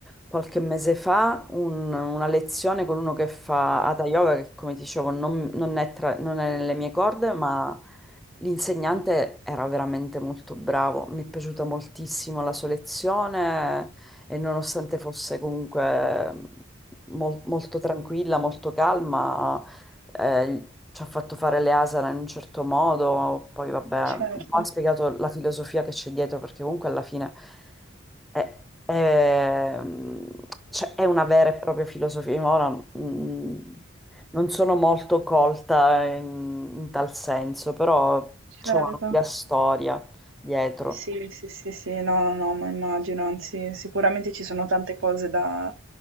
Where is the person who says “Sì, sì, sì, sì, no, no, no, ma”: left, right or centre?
Right